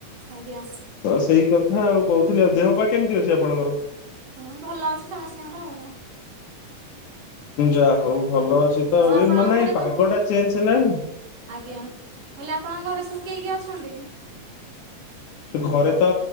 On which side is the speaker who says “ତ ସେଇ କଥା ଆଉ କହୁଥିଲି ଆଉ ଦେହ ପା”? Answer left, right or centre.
Left